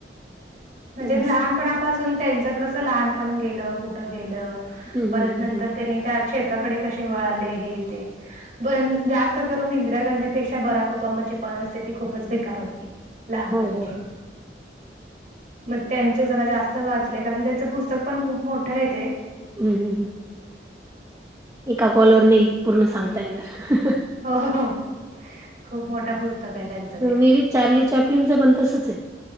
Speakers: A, on the right (about 45°); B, on the right (about 15°).
A: म्हणजे
B: असं.
A: लहानपणापासून त्यांच कस लहानपण गेलं कुठं गेलं
B: हं
A: परत
B: हं हं
A: नंतर
B: हं.
A: त्यांनी त्या क्षेत्राकडे कसे वळाले हे ते पण जास्त करून इंदिरा गांधीपेक्षा बराक ओबामाची परिस्थिती खूपच बेकार होती. लहानपणीचे
B: हो हो हो.
A: मग त्यांचे जरा जास्त वाचले कारण त्यांचं पुस्तक पण खूप मोठं य ते
B: हम हम हम एका कॉलवर नाही पूर्ण सांगता येणार
A: हो खूप मोठा पुस्तक का त्यां
B: मी बीच चार्ली चॅपलिनच बन तसच आहे